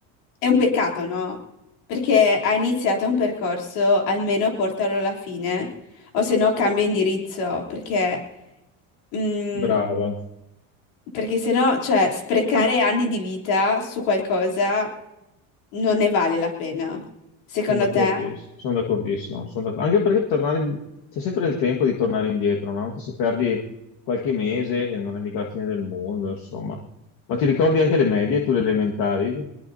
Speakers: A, on the left; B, on the left.
A: è un peccato, no? Perché hai iniziato un percorso, almeno portalo alla fine o se no cambia indirizzo perché... Mm,
B: Brava.
A: Perché sennò, cioè, sprecare anni di vita su qualcosa non ne vale la pena, secondo
B: Sono d'accordissimo,
A: te?
B: sono d'accordissimo, sono d'acc- anche perché tornare in- c'è sempre il tempo di tornare indietro, no? Anche se perdi qualche mese, eh, non è mica la fine del mondo, insomma. Ma ti ricordi anche le medie, tu le elementari?